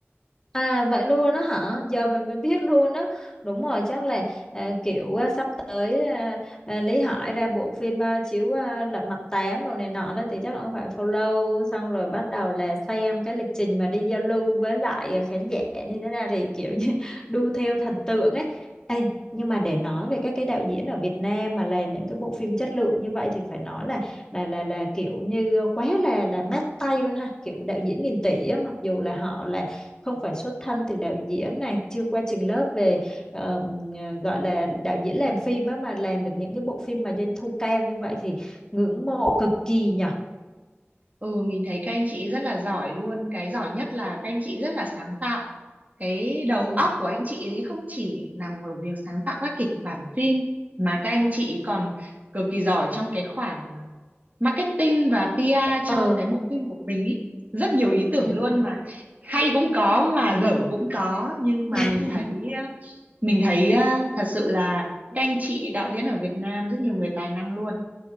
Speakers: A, on the left (about 15°); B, on the right (about 40°).
A: À vậy luôn á hả? Giờ mình mới biết luôn á. Đúng rồi chắc là à, kiểu à, sắp tới à, à, Lý Hải ra bộ phim à, chiếu à, Lật Mặt tám đồ này nọ đó thì chắc ông phải follow xong rồi bắt đầu là xem cái lịch trình mà đi giao lưu với lại à, khán giả như thế nào thì kiểu như <laughs> đu theo thần tượng ấy. Ê, nhưng mà để nói về các cái đạo diễn ở Việt Nam mà làm những cái bộ phim chất lượng như vậy thì phải nói là là là là kiểu như quá là là mát tay luôn ha kiểu đạo diễn nghìn tỷ á mặc dù là họ là không phải xuất thân từ đạo diễn này chưa qua trường lớp về ờ, ờ, gọi là đạo diễn làm phim á mà làm được những cái bộ phim mà doanh thu cao như vậy thì ngưỡng mộ cực kỳ nhở
B: Ừ mình thấy các anh chị rất là giỏi luôn Cái giỏi nhất là các anh chị rất là sáng tạo Cái đầu
A: ừ
B: óc của anh chị ấy không chỉ nằm ở việc sáng tạo các kịch bản phim Mà các anh chị còn cực kỳ giỏi trong cái khoản ờ, marketing và PR cho
A: ờ
B: cái bộ phim của mình ý Rất nhiều ý tưởng
A: ừ
B: luôn mà hay cũng có mà dở cũng có Nhưng mà
A: <laughs>
B: mình thấy ờ, mình thấy ờ, thật sự là các anh chị đạo diễn ở Việt Nam rất nhiều người tài năng luôn